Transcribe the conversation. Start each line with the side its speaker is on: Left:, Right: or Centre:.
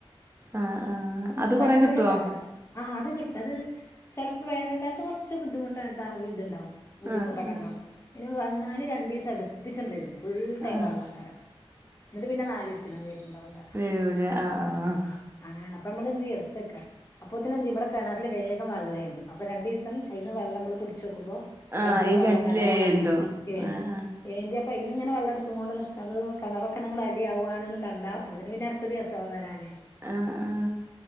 Right: ആഹ് ആഹ്.
Left: ഉം.
Right: അത്
Left: വറ്റൂല്ല
Right: കൊറെ കിട്ടുവോ
Left: കെണറ് ആഹ് അത് കിട്ടു, ചെലപ്പോ വേനൽ കാലത്ത് കൊറച്ച് ബുദ്ധിമുട്ടായിട്ട് ഇതുണ്ടാവും. ബുദ്ധിമുട്ടൊക്കെണ്ടാവും.
Right: ആഹ് ആഹ്
Left: അയിന് വന്നാല് രണ്ടീസം അടുപ്പി ച്ചാണ്ട് വരും. ഫുൾ ടൈം
Right: ആഹ്
Left: വെള്ളാക്കാരം എന്നിട്ട് പിന്നെ നാലീസത്തിനാണ്ട് വരു ഉണ്ടാവൂല്ല.
Right: വരൂല്ല ആഹ് ആഹ്
Left: ആ അങ്ങനെയാണ് അപ്പൊ നമ്മള് എന്ത് ചെയ്യ എടുത്ത് വെക്ക അപ്പോത്തിനും എന്ത് ചെയ്യും. ഇവടെ കെണറില് വേഗം വെള്ളം ഏന്തും. അപ്പം രണ്ടീസം അതീന്ന് വെള്ളം നമ്മള് പിടിച്ചു വെക്കുമ്പം
Right: ആഹ് ആഹ്
Left: കെണറ്റിൽ
Right: ഈ
Left: വെള്ളം
Right: കിണറ്റിലെ
Left: നല്ലോണം
Right: എന്തോ
Left: <unintelligible> ഏന്തും.
Right: ആഹ് ആഹ്
Left: എന്ത്യാപ്പൊ അയിന്ന്ങ്ങനെ വെള്ളം എടുത്ത് കൊണ്ട് നിക്കാ കിണറൊക്കെ ഇങ്ങനെ അടിയാവുകയാണ്ന്ന് കണ്ടാ ബുധന് പിന്നെ അടുത്ത ദിവസാവും വരാനേ
Right: ആ ആ